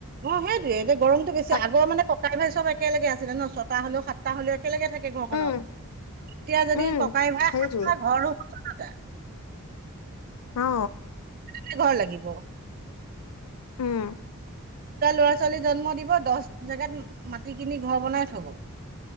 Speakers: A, on the right; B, on the left.
A: অ সেইটোয়ে এতিয়া গৰমতটো বেছি
B: তাক
A: আগ মানে ককাই ভাই চব একেলগে আছিলে ন ছটা হ'লেও সাতটা হলেও একেলগে থাকে ঘৰখনত
B: উম
A: এতিয়া যদি
B: উম
A: ককাই ভাই
B: সেইটোৱে
A: সাতটা ঘৰ সিহঁত
B: অ
A: য ঘৰ লাগিব
B: উম
A: দুটা লৰা ছোৱালী জন্ম দিব দহ জেগাত মাটি কিনি ঘৰ বনাই থব